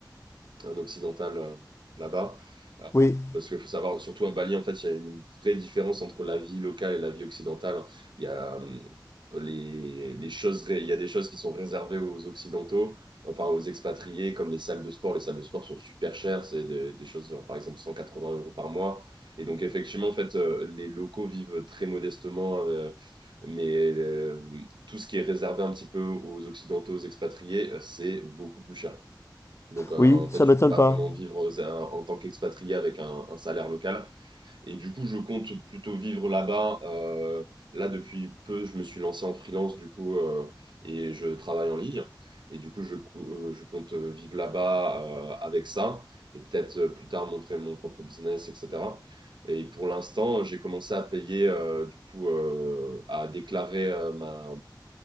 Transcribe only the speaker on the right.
un occidental euh, là-bas. Euh,
Parce qu'il faut savoir, surtout à Bali, en fait, il y a une vraie différence entre la vie locale et la vie occidentale. Il y a, euh, les, les choses, ré- il y a des choses qui sont réservées aux Occidentaux, enfin aux expatriés, comme les salles de sport. Les salles de sport sont super chères, c'est des, des choses, genre, par exemple, 180 euros par mois. Et donc, effectivement, en fait, euh, les locaux vivent très modestement, euh, mais euh, tout ce qui est réservé un petit peu aux Occidentaux, aux expatriés, euh, c'est beaucoup plus cher. Donc, euh,
en fait,
je
peux pas
vraiment vivre euh, en tant qu'expatrié avec un, un salaire local. Et du coup, je compte plutôt vivre là-bas. Euh, là, depuis peu, je me suis lancé en freelance, du coup, euh, et je travaille en ligne. Et du coup, je, cou- euh, je compte euh, vivre là-bas euh, avec ça. Et peut-être euh, plus tard montrer mon propre business, etc. Et pour l'instant, j'ai commencé à payer, euh, du coup, euh, à déclarer euh, ma,